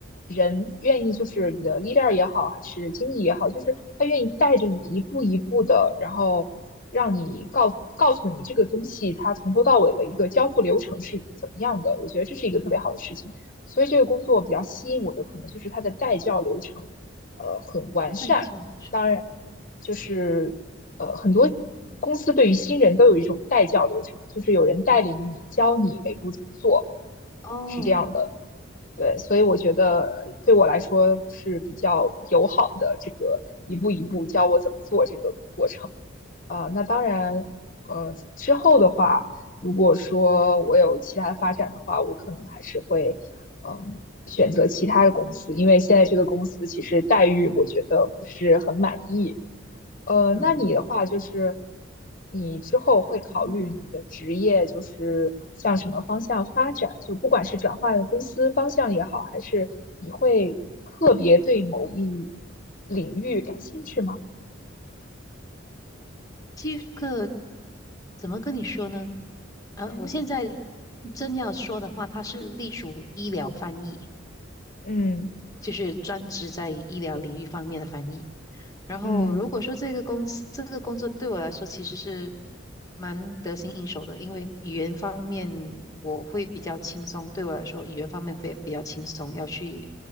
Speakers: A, on the left; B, on the left.
A: 人愿意就是你的 leader 也好，还是经理也好，就是他愿意带着你一步一步的，然后让你告告诉你这个东西它从头到尾的一个交付流程是怎么样的。我觉得这是一个特别好的事情，所以这个工作比较吸引我的可能就是它的带教流程，呃，很完善。
B: 被这样子。
A: 当然，就是呃很多。公司对于新人都有一种带教流程，就是有人带领你，教你每步怎么做。
B: 哦，
A: 是这样的。对，所以我觉得呃对我来说是比较友好的这个一步一步教我怎么做这个过程。呃，那当然，呃，之后的话，如果说我有其他发展的话，我可能还是会，嗯，选择其他的公司，因为现在这个公司其实待遇我觉得不是很满意。呃，
B: 嗯
A: 那你的话就是，你之后会考虑你的职业就是向什么方向发展，
B: 嗯哼，
A: 就不管是转换公司方向也好，还是你会特别对某一领域感兴趣吗？
B: 这个怎么跟你说呢？啊，
A: 嗯
B: 我现在真要说的话，它是隶属于医疗翻译，
A: 嗯
B: 就是专职在医疗领域方面的翻译。然后如果说这个公司这个工作对我来说其实是
A: 嗯。
B: 蛮得心应手的，因为语言方面我会比较轻松，对我来说语言方面会比较轻松，要去